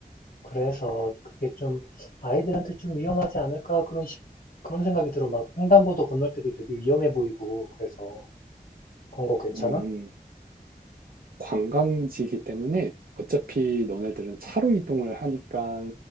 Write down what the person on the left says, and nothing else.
그래서 그게 좀 아이들한테 좀 위험하지 않을까? 그런 식 그런 생각이 들어. 막 횡단보도 건널 때도 되게 위험해 보이고, 그래서. 그런 거 괜찮아?